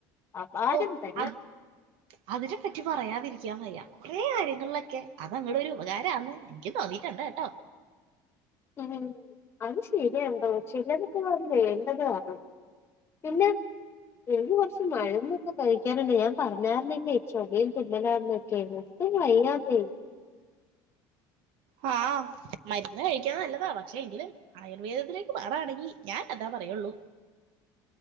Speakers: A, on the left; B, on the right.
A: അപാരം
B: ഓ
A: തന്നെ
B: അത് അതിനെ പറ്റി പറയാതിരി വയ്യ കൊറെേ കാര്യങ്ങളിലൊക്കെ അതങ്ങടെ ഒരു ഉപകാരന്ന് എനക്ക് തോന്നീട്ടണ്ട് കേട്ടോ
A: ഉം അത് ശരിയണ്ടോ ചിലരക്കെ അത് വേണ്ടതാണ് പിന്നെ എഴുവർഷം മരുന്നൊക്കെ കഴിക്കാനല്ലേ ഞാൻ പറഞ്ഞായിരുന്നില്ലേ ചൊടയും തന്നലന്നൊക്കെയരുന്നു ഒട്ടും വയ്യാന്ന്
B: ആ മരുന്ന് കഴിക്കാൻ നല്ലതാ പക്ഷെ എങ്കിലും ആയുർവേദത്തിലേക്ക് മാറണെങ്കിൽ ഞാൻ അതാ പറയുള്ളൂ